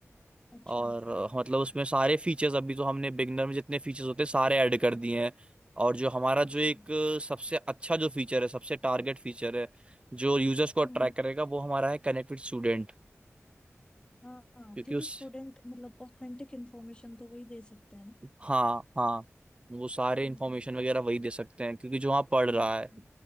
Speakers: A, on the left; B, on the right.
A: अच्छा
B: और अ, मतलब उसमें सारे फीचर्स अभी तो हमने बिगनर में जितने फीचर्स होते हैं सारे ऐड कर दिए हैं और जो हमारा
A: अच्छा
B: जो एक अ, सबसे अच्छा जो फीचर है सबसे टारगेट फीचर है जो यूजर्स को अट्रैक्ट
A: हम्म
B: करेगा वो हमारा है कनेक्ट विद स्टूडेंट
A: हाँ हाँ
B: क्योंकि
A: क्योंकि
B: उस
A: स्टूडेंट मतलब ऑथेंटिक इन्फॉर्मेशन तो वही दे सकते हैं ना
B: हाँ हाँ वो सारे
A: हम्म
B: इंफॉर्मेशन वगैरह वही दे सकते हैं क्योंकि जो वहाँ पढ़
A: हम्म,
B: रहा है
A: हम्म।